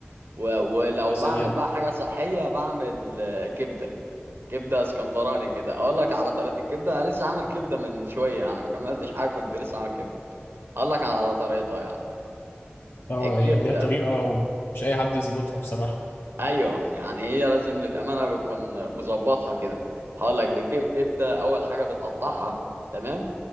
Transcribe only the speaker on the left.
يا سلام
اه
هي ليها طريقه ومش اي حد يظبطها بصراحه